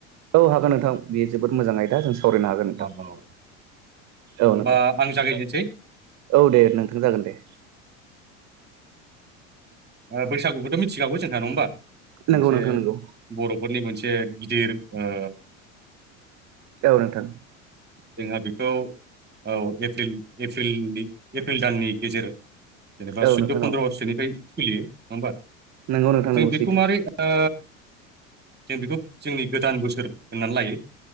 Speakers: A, on the right; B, on the right.
A: औ हागोन नोंथां बियो जोबोद मोजां आयदा जों सावरायनो हागोन
B: नामा
A: नोंथां
B: औ औ।
A: औ
B: होमबा
A: नोंथां
B: आं जागायजेनसै
A: औ दे नोंथां जागोन दे
B: ओ बैसागुखौथ' मिथिखागौ जोंहा नङा होमबा
A: नंगौ
B: मोनसे
A: नोंथां नंगौ
B: बर'फोरनि मोनसे दिर ओ
A: औ नोंथां
B: जोंहा बेखौ औ एप्रिल एप्रिलनि एप्रिल दाननि गेजेर जेनेबा
A: औ
B: सुद्ध'
A: नोंथां
B: पनद्रसोनिफ्राय
A: औ
B: सोलियो नङा होमबा
A: नंगौ नोंथां नंगौ
B: जों बेखौ
A: सैथो
B: मारै ओ जों बेखौ जोंनि गोदान बोसोर होननानै लायो